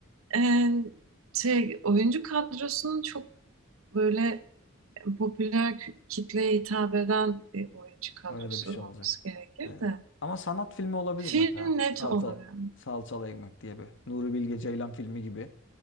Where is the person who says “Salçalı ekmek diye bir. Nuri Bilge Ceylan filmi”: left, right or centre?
Left